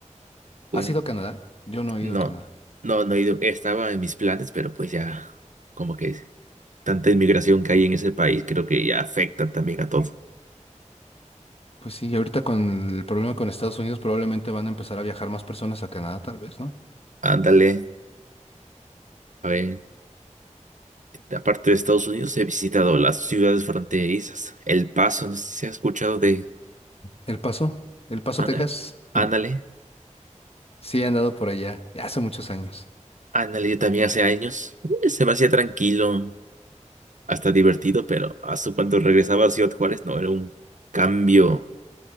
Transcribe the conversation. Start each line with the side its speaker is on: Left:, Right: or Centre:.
Right: Bueno,
Left: ¿Has ido a Canadá? Yo no he
Right: no,
Left: ido a Canadá.
Right: no, no he ido, estaba en mis planes, pero pues ya, como que tanta inmigración que hay en ese país, creo que ya afecta también a todo.
Left: Pues sí, y ahorita con el problema con Estados Unidos probablemente van a empezar a viajar más personas a Canadá, tal vez, ¿no?
Right: Ándale, a ver. Aparte de Estados Unidos, he visitado las ciudades fronterizas. El Paso, no sé si has escuchado de
Left: El Paso, El Paso,
Right: Ana-
Left: Texas, <laughs>
Right: Ándale.
Left: sí he andado por allá, ya hace muchos años.
Right: Ándale, yo también hace años. eh, Se me hacía tranquilo, hasta divertido, pero hasta cuando regresaba a Ciudad Juárez, no, era un cambio